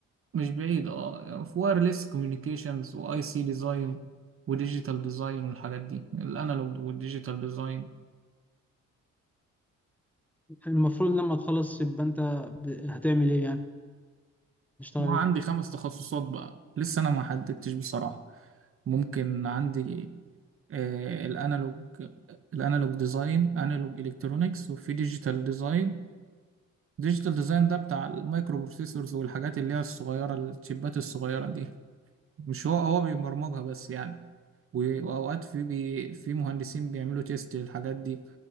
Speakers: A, on the right; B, in the centre.
A: مش بعيد اه في وايرلس كوميونيكيشنز واي سي ديزاين وديجيتال ديزاين والحاجات دي الانالوج والديجيتال ديزاين
B: المفروض لما تخلص يبقى انت ب- هتعمل ايه يعني تشتغل
A: ما
B: ايه
A: عندي خمس تخصصات بقى لسه انا ما حددتش بصراحه ممكن عندي آه الانالوج الانالوج ديزاين انالوج الكترونكس وفي ديجيتال ديزاين ديجيتال ديزاين ده بتاع المايكرو بروسيسورز والحاجات اللي هي الصغيرة الشيبات الصغيرة دي مش هو هو بيبرمجها بس يعني و- وأوقات في بي في مهندسين بيعملوا تيست للحاجات دي